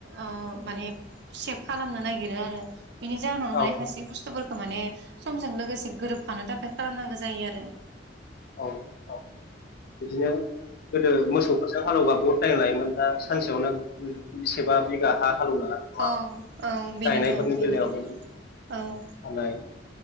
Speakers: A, on the right (about 65°); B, on the left (about 55°).
A: ओ माने सेब खालामनो नागिरो आरो बिनि जाहोनावनो
B: औ
A: माने खायसे बुस्थु माने समजों लोगोसे गोरोबफानो थाखाय खालामनांगौ जायो आरो
B: औ औ बिदिनो गोदो मोसौफोरासो हालेव बहुद टाइम लायोमोन दा सानसेयावनो बेसेबा बिगा हा हालौनो हाग
A: औ औ बेनोथ'
B: गायनायफोरनि
A: बेनो
B: बेलायावनो
A: औ
B: हानाय